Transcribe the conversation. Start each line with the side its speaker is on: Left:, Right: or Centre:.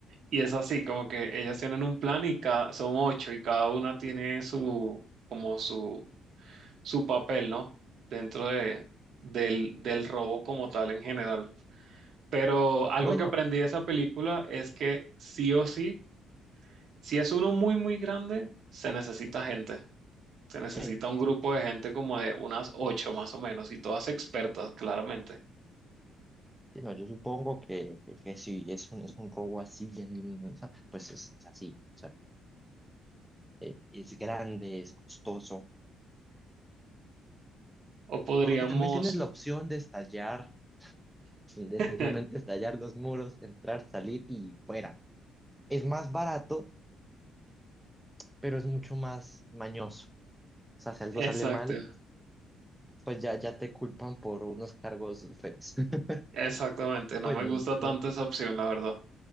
Right: Y es así, como que ellas tienen un plan y cada, son ocho y cada una tiene su, como su, su papel, ¿no? Dentro de, del, del robo como tal en general. Pero algo
Centre: Bueno,
Right: que aprendí de esa película es que sí o sí, si es uno muy, muy grande, se necesita gente. Se necesita
Centre: sí.
Right: un grupo de gente como de unas ocho más o menos y todas expertas, claramente.
Centre: sí, no, yo supongo que, que, que si es un, es un robo así bien, bien, bien, o sea, pues es, es así. O sea, eh, es grande, es costoso
Right: O podríamos...
Centre: Porque también tienes la opción de estallar, de
Right: <laughs>
Centre: simplemente estallar los muros, entrar, salir y fuera. Es más barato, pero es mucho más mañoso. O sea, si algo
Right: Exacto,
Centre: sale mal, pues ya, ya te culpan por unos cargos feos. <laughs>
Right: exactamente. No
Centre: Bueno,
Right: me gusta
Centre: como
Right: tanto
Centre: que-
Right: esa opción, la verdad.